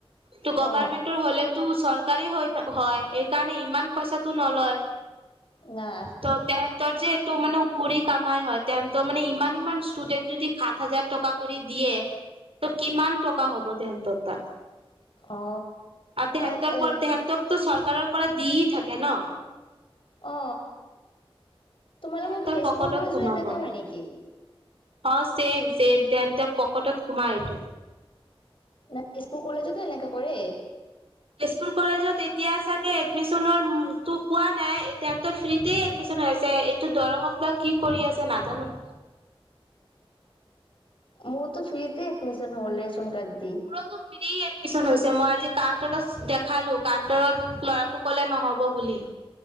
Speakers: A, on the right; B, on the left.
A: ত গভাৰমেন্টৰ
B: অ
A: হ'লেতো চৰকাৰী হৈ থ হয় এইকাৰণে ইমান। পছাতো নলয়
B: না
A: ত টেন তৰ যে এইটো মানেুৰি কামাই হয় তে তো মানে ইমান ইমান ষ্টুডেট যদি সাত হাজাৰ টকা কৰি দিয়ে। ত' কিমান টকা হ'ব তেহতৰ তাত
B: অ
A: আৰু তেহতৰ
B: এ
A: পৰা
B: এ
A: তেহেতকো চৰকাৰৰ পৰা দেই থাকে ন।
B: অ তোমালোকৰ
A: তেহেতৰ
B: কি তেজপুৰ
A: পকেটত
B: কলেজো
A: সোমাব
B: এনেকা হয় নেকি?
A: অ চছেম- চছেম তেন তেওঁক পকেটত সোমাই এইটো
B: নাই সপু কলেজোতো এনেকা কৰে।
A: স্কুল কলেজত এতিয়া চাগে এডমিশনৰ তটো কোৱা নাই এ তেৰ ফ্ৰীতে এডমিশন হৈ আছে। ত দৰঙত বা কি কৰি আছে নাজানো।
B: মোৰতো ফ্ৰীতে এডমিছন, হ'ল ৰেচন কাৰ্ড, দি।
A: মোৰ ফ্ৰী এডমিশ্যন হৈছে মই কান্ত আছো। দেখালো কান্তৰত লৰাটো কলে নহব বুলি